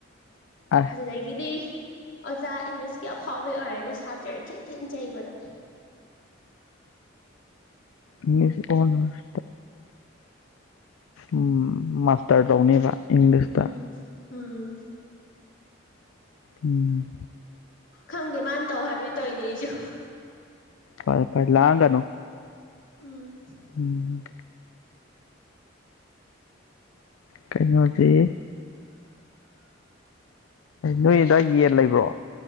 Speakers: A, on the left; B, on the left.
A: ꯑꯥꯏ
B: ꯑꯗꯨꯗꯒꯤꯗꯤ ꯑꯣꯖꯥ ꯏꯪꯂꯤꯁꯀꯤ ꯑꯐꯥꯎꯕꯤ ꯑꯣꯏꯔꯅꯤ ꯁꯥꯇ꯭ꯔ ꯊꯤꯟ ꯊꯤꯟ ꯆꯩꯕꯗꯣ
A: ꯏꯪꯂꯤꯁ ꯑꯣꯅꯔꯁꯇ ꯎꯝ ꯃꯥꯁꯇꯔ ꯇꯧꯅꯦꯕ ꯏꯪꯂꯤꯁꯇ
B: ꯎꯝ ꯎꯝ
A: ꯎꯝ
B: ꯈꯪꯗꯦ ꯃꯥꯅ ꯇꯧ ꯍꯥꯏꯕꯩ ꯇꯧꯔꯤꯅꯦ ꯑꯩꯁꯨ
A: ꯐꯔꯦ ꯐꯔꯦ ꯂꯥꯡꯒꯅꯣ
B: ꯎꯝ
A: ꯎꯝ ꯀꯩꯅꯣꯗꯤ ꯅꯣꯏꯗ ꯌꯦꯟ ꯂꯩꯕ꯭ꯔꯣ